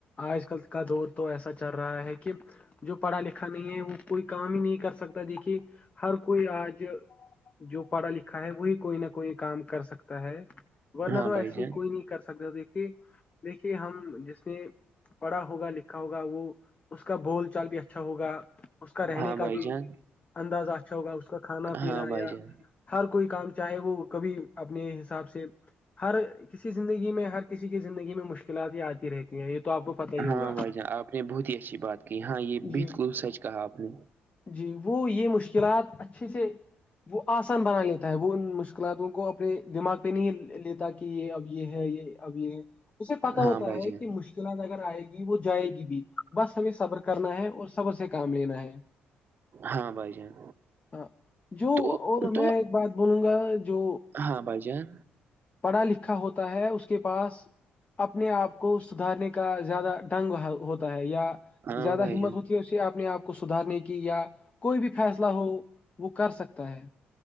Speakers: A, on the left; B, on the right.
A: آج کل کا دور تو ایسا چل رہا ہے کہ جو پڑھا لکھا نہیں ہے وہ کوئی کام ہی نہیں کر سکتا دیکھیے ہر کوئی آج جو پڑھا لکھا ہے وہی کوئی نہ کوئی کام کر سکتا ہے ورنہ
B: ہاں
A: تو
B: بھائی
A: ایسے
B: جان
A: کوئی نہیں کر سکتے ہو دیکھیے دیکھیے ہم جس نے پڑھا ہوگا لکھا ہوگا وہ اس کا بول چال بھی اچھا ہوگا اس کا رہنے
B: ہاں
A: کا
B: بھائی
A: بھی
B: جان
A: اندازہ اچھا ہوگا اس کا کھانا
B: ہاں
A: پینا
B: بھائی
A: یا
B: جان
A: ہر کوئی کام چاہے وہ کبھی اپنے حساب سے ہر کسی کی زندگی میں ہر کسی کی زندگی میں مشکلات یہ آتی رہتی ہیں یہ تو آپ کو پتہ ہی ہوگا
B: ہاں بھائی جان آپ نے بہت ہی اچھی بات کی ہاں یہ
A: جی
B: بالکل سچ کہا آپ نے
A: جی وہ یہ مشکلات اچھے سے وہ آسان بنا لیتا ہے وہ ان مشکل اکلااتوں کو اپنے دماغ پہ نہیں لیتا کہ یہ اب یہ ہے یہ ابھی اسے پتا
B: ہاں
A: ہوتا
B: بھائی
A: ہے
B: جان
A: کہ مشکلات اگر آئے گی وہ جائے گی بھی بس ہمیں صبر کر کرنا ہے اور سبر سے کام لینا ہے
B: ہاں بھائی جان
A: ہاں جو
B: تو
A: اور
B: تو
A: میں ایک بات بولوں گا جو
B: ہاں بھ جان
A: پڑھا لکھا ہوتا ہے اس کے پاس اپنے آپ کو سدھارنے کا زیادہ ڈنگ ہوتا ہے یا
B: ہاں
A: زیادہ
B: بھائی
A: ہمت
B: جان
A: ہوتی اسے اپنے آپ کو سدھارنے کی یا کوئی بھی فیصلہ ہو وہ کر سکتا ہے